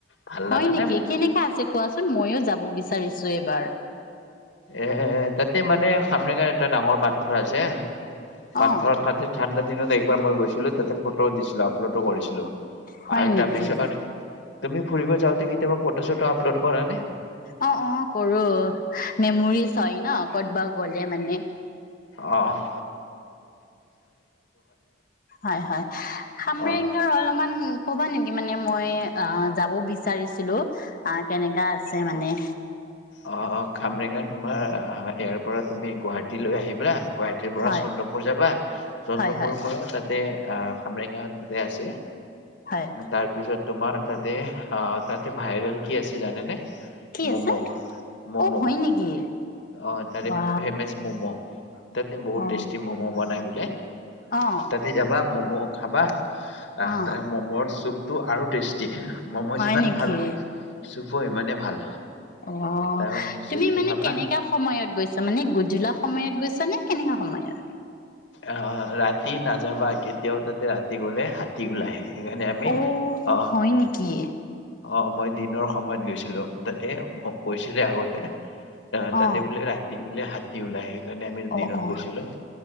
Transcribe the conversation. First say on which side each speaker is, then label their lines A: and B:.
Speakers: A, on the left (about 80°); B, on the left (about 50°).
A: ভাল
B: হয়
A: লগা
B: নেকি
A: নাই মোক
B: কেনেকা আছে কোৱাচোন, মইও যাব বিচাৰি আছো এবাৰ?
A: এ তাতে মানে খামৰেঙাত এটা ডাঙৰ পাথৰ আছে পাথৰত
B: অ
A: তাতে ঠাণ্ডা দিনত একবাৰ মই গৈছিলো তাতে ফটো উঠিছিলো, আপলোডও কৰিছিলো
B: হয়
A: আৰু
B: নেকি
A: তাৰপিছত তুমি ফুৰিব যাওঁতে কেতিয়াবা ফটো চটো আপলোড কৰা নে?
B: অ অ কৰো, মেমৰিজ হয় ন কতবা গ'লে মানে।
A: অহ
B: হয় হয়, খামৰেংগাৰ
A: অ'
B: অলপমান ক'বা নেকি মানে মই অ যাব বিচাৰিছিলো আহ কেনেকা আছে মানে।
A: অ অ, খামৰেংগা তোমাৰ আ ইয়াৰ পৰা তুমি গুৱাহাটী ললৈ আহিবা গুৱাহাটীৰ পৰা
B: হয়
A: চন্দ্ৰপুৰ যাবা, চন্দ্ৰপুৰৰ
B: হয় হয়
A: পৰা তাতে খামৰেংগা তাতে আছে।
B: হয়
A: তাৰ পিছত তোমাৰ তাতে, অ তাতে ভাইৰেল কি আছে জানেনে?
B: কি
A: মম'
B: আছে
A: মম',
B: অ হয় নেকি
A: অঁ তাতে
B: অ
A: ফেমেচ মম' তাতে বহুত
B: অ
A: টেষ্টি মম বনাই বোলে
B: অ
A: তাতে যাবা মম' খাবা আহ
B: অ
A: তাৰে মমৰ চুপ টো আৰু টেষ্টি মম'
B: হয়
A: যিমান
B: নেকি
A: ভাল পোৱা ইমানেই ভাল
B: অ
A: তাৰ চুপটো
B: তুমি মানে
A: খাবা
B: কেনেকা সময়ত গৈছা, মানে গোধূলা সময়ত গৈছা নে? কেনেকা সময় আৰু?
A: অ ৰাতি নাযাবা কেতিয়াও তাতে ৰাতি গলে হাতী ওলাই। সেইকাৰণে আমি
B: অ
A: অ
B: হয় নেকি?
A: অ মই দিনৰ সময়ত গৈছিলো, তাতে মোক কৈছিলে আগতে। অ তাতে
B: অ
A: বোলে ৰাতি বোলে হাত তিউলায় সেইকাৰণে আমি
B: অ
A: দিনত
B: অ
A: গৈছিলো